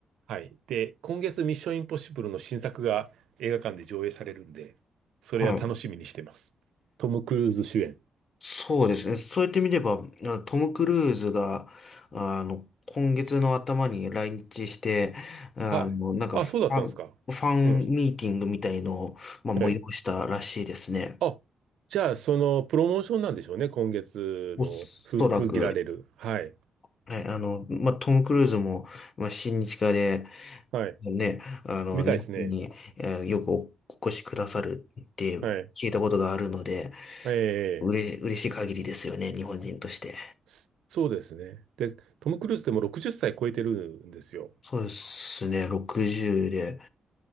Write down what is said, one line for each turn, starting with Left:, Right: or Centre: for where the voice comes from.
Right: はい。で、今月ミッションインポッシブルの新作が映画館で上映されるんで、それは楽しみにしてます。
Left: はい
Right: トム・クルーズ主演。
Left: そうですね。そうやって見れば、あのトム・クルーズが、あの、今月の頭に来日して、あの、
Right: はい。
Left: なんかファン、
Right: あ、そうだったんですか。
Left: ファンミーティングみたいのを、
Right: うん。
Left: まあ、
Right: はい。
Left: 催したらしいですね。
Right: あ、じゃあ、その、プロモーションなんでしょうね。今月の、
Left: おそらく、
Right: ふ、封切られる。はい。
Left: はい、あの、まあ、トム・クルーズも、まあ、親日家で、
Right: はい。
Left: ね、あの、
Right: みたいですね。
Left: 日本に、えーよくお越しくださるって聞いたことがあるので、
Right: はい。ええ、
Left: うれ、嬉しい限りですよね、日本人として。
Right: そそうですね。で、トム・クルーズってもう60歳超えてるんですよ。
Left: そうですね、60で。